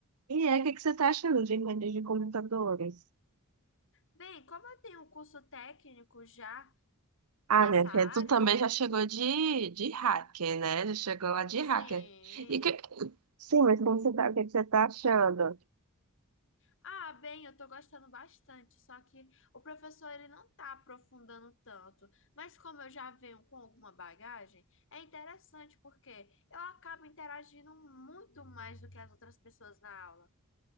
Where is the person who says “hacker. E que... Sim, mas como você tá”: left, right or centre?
Right